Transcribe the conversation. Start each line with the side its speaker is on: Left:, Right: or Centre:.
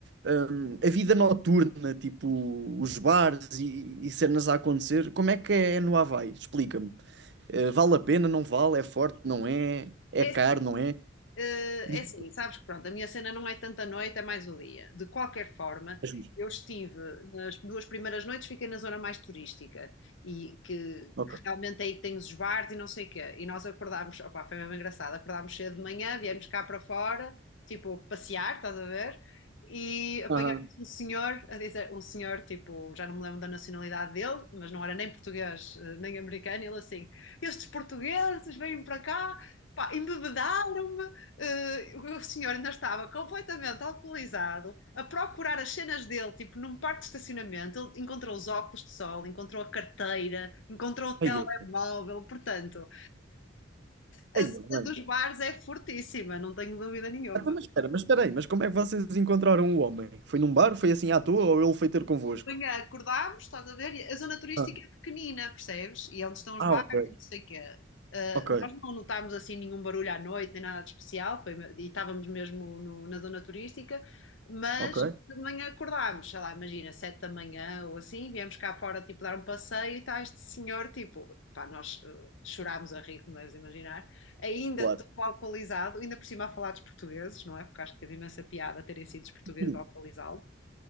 Right: hum, a vida noturna, tipo os bares e, e cenas a acontecer, como é que é no Havaí? Explica-me. Eh, vale a pena, não vale? É forte, não é? É
Left: É
Right: caro,
Left: assim,
Right: não é?
Left: Eh,
Right: Diz-
Left: é assim, sabes que pronto, a minha cena não é tanto a noite, é mais o dia. De qualquer forma,
Right: É justo.
Left: eu estive nas duas primeiras noites, fiquei na zona mais turística e que,
Right: Ok.
Left: que realmente é aí que tem os bares e não sei o quê. E nós acordámos, opá, foi mesmo engraçado, acordámos cedo de manhã, viemos cá para fora, tipo, passear, estás a ver? E apanhámos
Right: Aham.
Left: um senhor a dizer, um senhor, tipo, já não me lembro da nacionalidade dele, mas não era nem português, eh, nem americano, ele assim, estes portugueses vêm para cá, pá, embebedaram-me eh, o senhor ainda estava completamente alcoolizado, a procurar as cenas dele, tipo, num parque de estacionamento, ele encontrou os óculos de sol, encontrou a carteira, encontrou o
Right: Aí
Left: telemóvel,
Right: eu.
Left: portanto, a
Right: Aí
Left: cena
Right: eu, bem.
Left: dos bares é fortíssima, não tenho dúvida nenhuma.
Right: Ah, Então, mas espera, mas espera aí, mas como é que vocês encontraram o homem? Foi num bar? Foi assim à toa ou ele foi ter convosco?
Left: manhã acordámos, estás a ver? E A zona turística
Right: Ah,
Left: é pequenina, percebes? E é onde estão os
Right: Ah,
Left: bares
Right: ok.
Left: e não sei o quê. Ah,
Right: Ok,
Left: nós não notámos assim nenhum barulho à noite, nem nada de especial, foi, e estávamos mesmo no- na zona turística, mas
Right: ok.
Left: de manhã acordámos, sei lá, imagina, sete da manhã ou assim, viemos cá fora, tipo, dar um passeio e está este senhor, tipo, pá, nós ah, chorámos a rir, como deves imaginar, ainda
Right: Claro.
Left: todo alcoolizado, ainda por cima a falar dos portugueses, não é? Porque acho que teve imensa piada terem sido os portugueses
Right: Sim,
Left: a alcoolizá-lo.